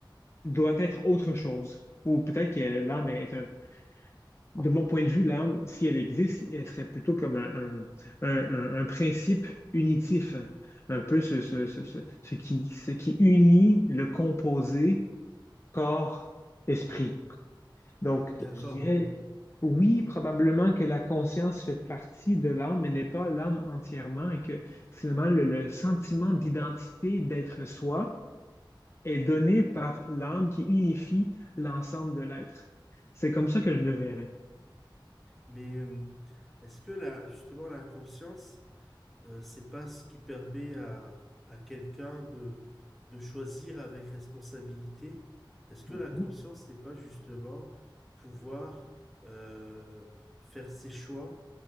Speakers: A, on the left (about 30°); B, in the centre.
A: doit être autre chose. Ou peut-être que l'âme est un... De mon point de vue, l'âme, si elle existe, elle serait plutôt comme un, un- un- un principe unitif, un peu ce, ce, ce, ce, ce qui, ce qui unit le composé corps, esprit. Donc,
B: D'accord,
A: je dirais,
B: ah oui.
A: oui, probablement que la conscience fait partie de l'âme, mais n'est pas l'âme entièrement, et que finalement, le, le sentiment d'identité, d'être soi, est donné par l'âme qui unifie l'ensemble de l'être. C'est comme ça que je le verrais.
B: Mais euh, est-ce que là, justement, la conscience... Euh, c'est pas ce qui permet à, à quelqu'un de, de choisir avec responsabilité. Est-ce que
A: Mhm.
B: la conscience, c'est pas justement pouvoir euh, faire ses choix